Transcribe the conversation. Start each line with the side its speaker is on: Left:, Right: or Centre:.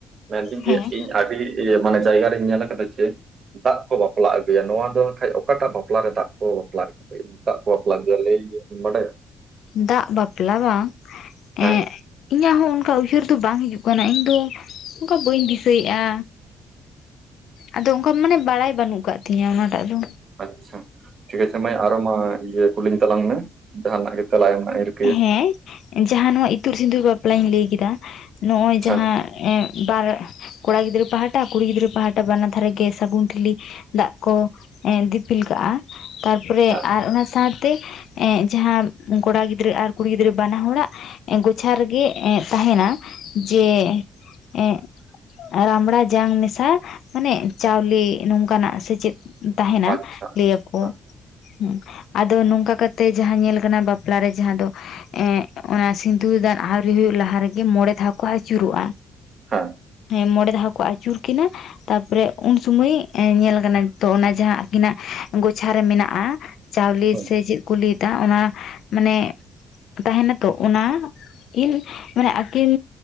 Right: ᱢᱮᱱᱫᱟᱹᱧ
Left: ᱦᱮᱸ
Right: ᱡᱮ ᱤᱧ ᱟᱹᱰᱤ ᱤᱭᱟᱹ ᱢᱟᱱᱮ ᱡᱟᱭᱜᱟ ᱨᱮᱧ ᱧᱮᱞ ᱠᱟᱫᱟ ᱪᱮ? ᱫᱟᱜ ᱠᱚ ᱵᱟᱯᱞᱟ ᱟᱹᱜᱩᱭᱟ, ᱱᱚᱣᱟ ᱫᱚ ᱠᱷᱟᱡ ᱚᱠᱟᱴᱟᱜ ᱵᱟᱯᱞᱟ ᱨᱮ ᱫᱟᱜ ᱠᱚ ᱵᱟᱯᱞᱟᱜ ᱫᱟᱜ ᱠᱚ ᱵᱟᱯᱞᱟ ᱟᱜᱩᱭᱟ, <unintelligible> ᱵᱟᱰᱟᱭᱟ?
Left: ᱫᱟᱜ ᱵᱟᱯᱞᱟ ᱵᱟᱝ?
Right: ᱦᱮᱸ
Left: ᱮᱸᱜ ᱤᱧᱟᱹᱜ ᱦᱚᱸ ᱚᱱᱠᱟ ᱩ ᱩᱭᱦᱟᱹᱨ ᱫᱚ ᱵᱟᱝ ᱦᱤᱡᱩᱜ ᱠᱟᱱᱟ ᱤᱧ ᱫᱚ, ᱚᱱᱠᱟ ᱵᱟᱹᱧ ᱫᱤᱥᱟᱹᱭᱮᱫᱼᱟ᱾ ᱟᱫᱚ ᱚᱱᱠᱟ ᱢᱟᱱᱮ ᱵᱟᱲᱟᱭ ᱵᱟᱹᱱᱩᱜ ᱠᱟᱫ ᱛᱤᱧᱟᱹ ᱚᱱᱟᱴᱟᱜ ᱫᱚ᱾
Right: ᱟᱪᱪᱷᱟ ᱴᱷᱤᱠ ᱟᱪᱷᱮ ᱢᱟᱹᱭ ᱟᱨ ᱢᱟ ᱤᱭᱟᱹ, ᱠᱩᱞᱤᱧ ᱛᱟᱞᱟᱝ ᱢᱮ ᱡᱟᱦᱟᱱᱟᱜ ᱜᱮ ᱛᱮᱞᱟ ᱮᱢ ᱨᱮᱱᱟ
Left: ᱦᱮᱸ ᱡᱟᱦᱟᱸ ᱱᱚᱣᱟ ᱤᱛᱩᱫ ᱥᱤᱸᱫᱩᱨ ᱵᱟᱯᱞᱟᱧ ᱞᱟᱹᱭ ᱠᱮᱫᱟ᱾ ᱱᱚᱜᱼᱚᱭ ᱡᱟᱦᱟᱸ
Right: ᱦᱮᱸ
Left: ᱮᱸᱜ ᱵᱟᱨ ᱠᱚᱲᱟ ᱜᱤᱫᱽᱟᱹ ᱯᱟᱦᱟᱴᱟ ᱠᱩᱲᱤ ᱜᱤᱫᱽᱨᱟᱹ ᱯᱟᱦᱟᱴᱟ ᱵᱟᱱᱟᱨ ᱫᱷᱟᱨᱮ ᱜᱮ ᱥᱟᱹᱜᱩᱱ ᱴᱷᱤᱞᱤ ᱫᱟᱜ ᱠᱚ ᱫᱤᱯᱤᱞ ᱠᱟᱜᱼᱟ᱾ ᱛᱟᱨᱯᱚᱨᱮ
Right: ᱦᱮᱸ
Left: ᱟᱨ ᱚᱱᱟ ᱥᱟᱶᱛᱮ, ᱮᱸᱜ ᱡᱟᱦᱟᱸ ᱠᱚᱲᱟ ᱜᱤᱫᱽ ᱨᱟᱹ ᱟᱨ ᱠᱩᱲᱤ ᱜᱤᱫᱽᱨᱟᱹ ᱵᱟᱱᱟ ᱦᱚᱲᱟᱜ ᱜᱚᱪᱷᱟ ᱨᱮᱜᱮ ᱮᱸᱜ ᱛᱟᱦᱮᱱᱟ ᱡᱮ, ᱮᱸᱜ ᱨᱟᱢᱲᱟ ᱡᱟᱝ ᱢᱮᱥᱟ ᱢᱟᱱᱮ ᱪᱟᱣᱞᱮ ᱱᱚᱝᱠᱟᱱᱟᱜ ᱥᱮ ᱪᱮᱫ? ᱛᱟᱦᱮᱱᱟ
Right: ᱟᱪᱪᱷᱟ ᱟᱪᱪᱷᱟ
Left: ᱞᱟᱹᱭ ᱟᱠᱚ᱾
Right: ᱦᱮᱸ
Left: ᱦᱮᱸ ᱟᱫᱚ ᱱᱚᱝᱠᱟ ᱠᱟᱛᱮᱜ ᱡᱟᱦᱟᱸ ᱧᱮᱞ ᱠᱟᱱᱟ ᱵᱟᱯᱞᱟᱨᱮ ᱡᱟᱦᱟᱸ ᱫᱚ᱾ ᱮᱸᱜ ᱚᱱᱟ ᱥᱤᱸᱫᱩᱨ ᱫᱟᱱ ᱟᱹᱣᱨᱤ ᱦᱩᱭᱩᱜ ᱞᱟᱦᱟ ᱨᱮᱜᱮ ᱢᱚᱬᱮ ᱫᱷᱟᱣ ᱠᱚ ᱟᱹᱪᱩᱨᱚᱜᱼᱟ᱾
Right: ᱦᱮᱸ,
Left: ᱦᱮᱸ ᱢᱚᱲᱮ ᱫᱷᱟᱣ ᱠᱚ ᱟᱹᱪᱩᱨ ᱠᱤᱱᱟ᱾ ᱛᱟᱨᱯᱚᱨᱮ ᱩᱱ ᱥᱚᱢᱚᱭ ᱧᱮᱞ ᱟᱠᱟᱱᱟ ᱛᱚ ᱚᱱᱟ ᱡᱟᱦᱟᱸ ᱟᱹᱠᱤᱱᱟᱜ ᱜᱳᱪᱷᱟᱨᱮ ᱢᱮᱱᱟᱜᱼᱟ᱾ ᱪᱟᱣᱞᱮ
Right: ᱦᱩᱸ
Left: ᱥᱮ ᱪᱮᱫ ᱠᱚ ᱞᱟᱹᱭ ᱮᱫᱟ ᱚᱱᱟ, ᱢᱟᱱᱮ ᱛᱟᱦᱮᱱᱟ ᱛᱚ ᱚᱱᱟ᱾ ᱠᱤᱱ ᱢᱟᱱᱮ ᱟᱹᱠᱤᱱ